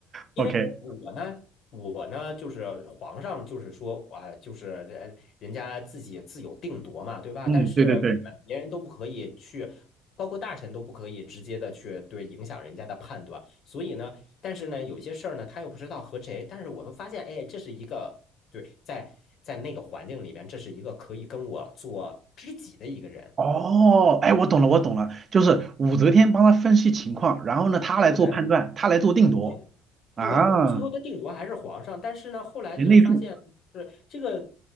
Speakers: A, on the left (about 55°); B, on the right (about 40°).
A: 因为我呢，
B: ？OK，
A: 我呢就是皇上，就是说啊，就是人人家自己自有定夺嘛，对吧？
B: 嗯，
A: 但是别人都不可以去，
B: 对对对。
A: 包括大臣都不可以直接的去对影响人家的判断。所以呢，但是呢，有些事儿呢，他又不知道和谁，但是我会发现，哎，这是一个对，在在那个环境里边，这是一个可以跟我做知己的一个人。
B: 哦，哎，我懂了，我懂了，就是武则天帮他分析情况，然后呢，他来做判断，
A: 对
B: 他来做定夺
A: 对，
B: 啊，
A: 对，最后的定夺还是皇上，但是呢，后来就发现是这个
B: 贤内助。